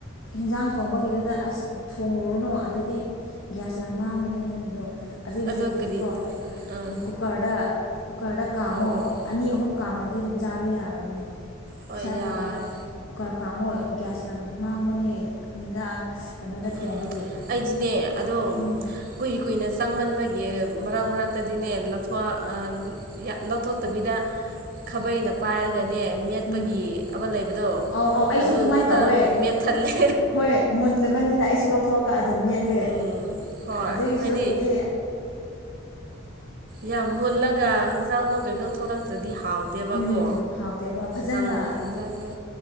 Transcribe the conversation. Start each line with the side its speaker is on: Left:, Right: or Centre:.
Left: ꯍꯤꯟꯖꯥꯡ ꯊꯣꯡꯕꯒꯤꯗꯨꯗ ꯑꯁ ꯊꯣꯡꯉꯨꯔꯅꯨ ꯑꯗꯨꯗꯤ ꯒ꯭ꯌꯥꯁ ꯌꯥꯝ ꯃꯥꯡꯒꯅꯤ ꯅꯪꯒꯤꯗꯣ ꯑꯗꯨꯏ
Right: ꯑꯗꯣ
Left: ꯁꯔꯨꯛꯄꯨꯗꯤꯀꯣ
Right: ꯀꯔꯤ ꯑꯥ
Left: ꯀꯨꯀꯔꯗ ꯀꯨꯀꯔꯗ ꯀꯥꯝꯃꯣ
Right: ꯑꯣ ꯑꯣ ꯑꯣ
Left: ꯑꯅꯤ ꯑꯍꯨꯝ ꯀꯥꯝꯈ꯭ꯔꯗꯤ ꯑꯗꯨꯝ ꯆꯥꯕ ꯌꯥꯔꯕꯅꯦ
Right: ꯍꯣꯏ
Left: ꯁꯠ
Right: ꯌꯥꯔꯦ
Left: ꯂꯥꯎꯅ ꯀꯔ ꯀꯥꯃꯣ ꯒ꯭ꯌꯥꯁ ꯌꯥꯝ ꯃꯥꯡꯕꯅꯦ ꯍꯤꯟꯖꯥꯡ ꯀꯩꯅꯣꯗ ꯊꯣꯡꯉꯗꯤ
Right: ꯎꯝ ꯑꯩꯗꯤꯅꯦ ꯑꯗꯣ
Left: ꯎꯝ
Right: ꯀꯨꯏ ꯀꯨꯏꯅ ꯆꯪꯃꯟꯕꯒꯤ ꯃꯔꯛ ꯃꯔꯛꯇꯗꯤꯅꯦ ꯂꯊꯣꯋ ꯑ ꯌꯥ ꯂꯧꯊꯣꯛꯇꯕꯤꯗ ꯈꯥꯕꯩꯅ ꯄꯥꯏꯔꯒꯅꯦ ꯃꯦꯠꯄꯒꯤ
Left: ꯎꯝ
Right: ꯑꯃ ꯂꯩꯕꯗꯣ
Left: ꯑꯧ ꯑꯧ ꯑꯩꯁꯨ
Right: ꯑꯗꯨꯗꯨꯅ
Left: ꯑꯗꯨꯃꯥꯏꯅ ꯇꯧꯋꯦ
Right: ꯃꯦꯠꯊꯜꯂꯦ
Left: ꯍꯣꯏ ꯃꯨꯟꯗꯕꯅꯤꯅ ꯑꯩꯁꯨ ꯂꯧꯊꯣꯛꯑꯒ ꯑꯗꯨꯝ ꯃꯦꯠꯂꯦ
Right: ꯎꯝ ꯍꯣꯏ
Left: ꯑꯗꯨꯏ
Right: ꯍꯥꯏꯗꯤ
Left: ꯁꯔꯨꯛꯄꯨꯗꯤ
Right: ꯌꯥꯝ ꯃꯨꯜꯂꯒ ꯍꯤꯟꯖꯥꯡꯗꯣ ꯀꯩꯅꯣ ꯊꯣꯛꯂꯛꯇ꯭ꯔꯗꯤ ꯍꯥꯎꯇꯦꯕꯀꯣ
Left: ꯎꯝ ꯍꯥꯎꯇꯦꯕ ꯐꯖꯅ
Right: ꯅꯪ ꯍꯦꯟꯖꯥꯡꯗꯣ